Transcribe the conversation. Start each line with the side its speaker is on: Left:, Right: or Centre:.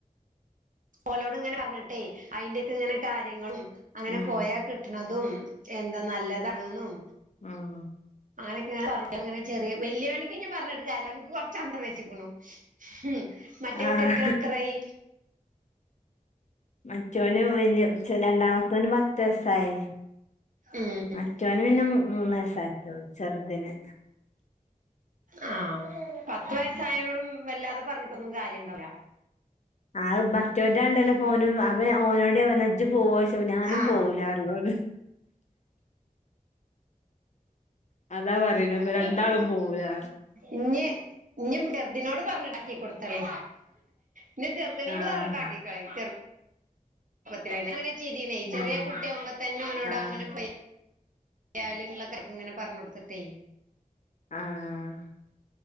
Right: ഓലോട് ഇങ്ങനെ പറഞ്ഞിട്ടെ അയിന്റെയൊക്കെ ഇങ്ങനെ കാര്യങ്ങളും അങ്ങനെ
Left: ഉം
Right: പോയാ കി കിട്ടാണതും എന്താ നല്ലതണൊന്നും
Left: ആഹ്
Right: അങ്ങനൊക്കെങ്ങനെ ചെറിയ വലിയ ഇനി പറഞ്ഞട്ട് കാലോ അവന്ക് കൊറച്ച അന്തം വെച്ചക്കണു ഉം മറ്റേ
Left: ആഹ്
Right: കുട്ടികർക്ക് എത്രായി
Left: മറ്റോന് വല്യചെ രണ്ടാമത്തോന് പത്ത് വയസായെ.
Right: ഉം
Left: മറ്റോന് പിന്നെ മൂ മൂന്നയസായിട്ടൊള്ളൂ ചെറുതിന്.
Right: ആഹ് പത്ത് വയസ്സായനോടും വല്ലാതെ പറഞ്ഞിട്ടൊന്നും കാര്യം ഇണ്ടാവുല.
Left: ആഹ് ബ റ്റോറ്റണ്ടലേപ്പോനും അതാ ഞാഓനോടെറഞ്ഞെ ഇജ് പോവയിച്ചപ്പോ ഞാനും
Right: ആഹ്
Left: പോവൂലാറഞ്. അതാ പറയണെ ഇപ്പൊ രണ്ടാളും
Right: മ്
Left: പോവൂലാറയും.
Right: ഇഞ്ഞി ഇഞ്ഞി ഇതിനോട് പറഞ്ഞിടാക്കി കൊടുതോളി ഇനി ചെറ്തിനോട്
Left: ആഹ്
Right: പറഞ്ഞിട്ടാക്കിക്കാളി ചെറ ഞാനങ്ങനെ ചെയ്‌തീനി
Left: ഉം
Right: ചെറിയ കുട്ടിയാവുമ്പതന്നെ ഒനോട്
Left: ആഹ്
Right: അങ്ങനെ പ്ലെ. ല്യാളിളാർക്ക് ഇങ്ങനെ പറഞ്ഞൊടുത്തിട്ടേ.
Left: ആഹ്